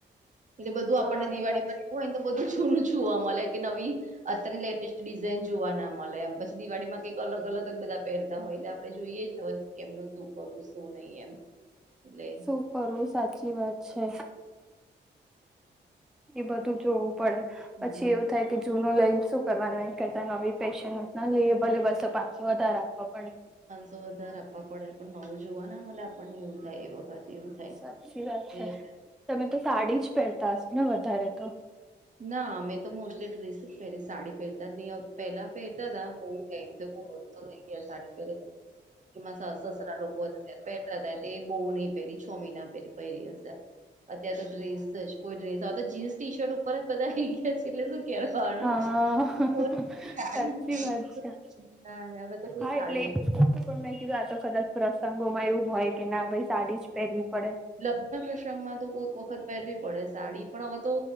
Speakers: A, on the right; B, in the centre.
A: એટલે બધું આપણને
B: હા
A: દિળીમાંવું
B: એ વાત
A: હોયને તો બધું છૂનુંું છવા મળે કે નવી અત્યારની લેટેસ્ટ ડિઝાઇન જોવા ના મળે એ પી દવાળીમાં કંઈક અલગ અલગ જ બધા પહેરતા હોય એટલે આપણે જોઈએ જ કે એમનું શું કરવું શું નહી એમ. એટલે
B: શું કરું? સાચી વાત છે. એ બધું જોવું પડે
A: હમ
B: પછી એવું થાય કે જૂનું લઈ ને શું કરવાનું એના કરતા નવી ફેશન ન લઈએ ભલે બસો પાંચસો વધારે આપવા પડે.
A: વધાર આપવા પડે પણ નવું જોવા ન મલે આપણને? એવું થાય એ વખત એવું થાય
B: સાચી વાત છે
A: એ
B: તમે તો સાડી જ પહેરતા હશ ને વધારે તો?
A: ના અમે તો મોસ્ટલી ડ્રેસ જ પેરી સાડી પહેરતા નહીં આવતી પેલા પેરતા તા બહુ ટાઈમ થઈ ગયો <unintelligible> સાડી પહેરે મારા સાસ સસરા લોકો હતા ત્યારે પેરતા તા તે. બહુ નહી પહેરી છ મહિના પહેરી હશે. અત્યારે તો ડ્રેસ જ કોઈ ડ્રેસ હવે તો જીન્સ ટી શર્ટ ઉપર જ બધા આઈ ગયા છે એટલે
B: હા
A: શું. <unintelligible>
B: સાચી વાત છે
A: હવે તો કોઈ
B: હા
A: સાડી
B: એટલે
A: નઈ પેરતુ.
B: પણ મેં કીધું આ તો કદાચ પ્રસંગોમાં એવું હોય કે ના ભાઈ સાડી જ પહેરવી પડે.
A: લગ્ન પ્રસંગમાં તો કોઈક વખત પહેરવી પડે સાડી પણ હવે તો.